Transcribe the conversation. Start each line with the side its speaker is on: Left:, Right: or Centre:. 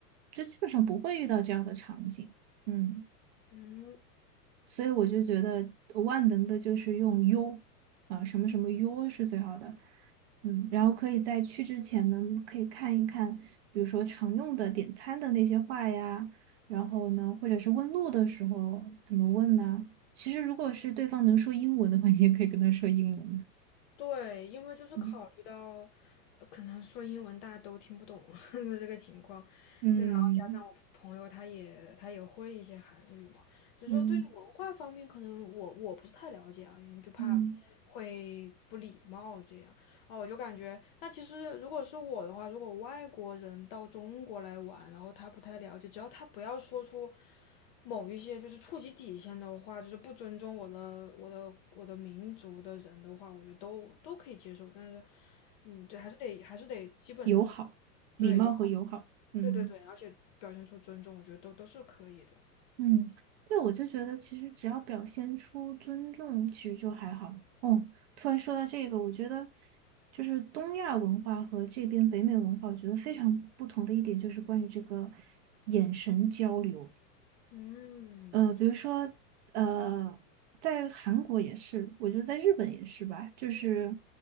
Right: 就基本上不会遇到这样的场景，嗯。
Left: 嗯。
Right: 所以我就觉得万能的就是用 U 啊，什么什么 U 是最好的。嗯，然后可以在去之前呢，可以看一看，比如说常用的点餐的那些话呀，然后呢，或者是问路的时候怎么问呢？其实如果是对方能说英文的话，<laughs> 你也可以跟他说英文。
Left: 对，因为就是考虑到，
Right: 嗯
Left: 呃可能说英文大家都听不懂 <laughs> 的这个情况，
Right: 嗯
Left: 那然后加上我朋友他也他也会一些韩语嘛，所以说对于文化方面可能我我不是太了解啊，
Right: 嗯
Left: 因为就怕会不礼貌这样啊，
Right: 嗯，
Left: 我就感觉那其实如果是我的话，如果外国人到中国来玩，然后他不太了解，只要他不要说出。某一些就是触及底线的话，就是不尊重我的我的我的民族的人的话，我觉得都都可以接受。但是，嗯，这还是得还是得基本就是
Right: 友好、礼貌和友好。
Left: 对友好，
Right: 嗯。
Left: 对对对，而且表现出尊重，我觉得都都是可以的。
Right: 嗯，对，我就觉得其实只要表现出尊重，其实就还好。哦，突然说到这个，我觉得就是东亚文化和这边北美文化，我觉得非常不同的一点就是关于这个眼神交流。
Left: 嗯
Right: 呃，比如说，呃，在韩国也是，我觉得在日本也是吧。就是，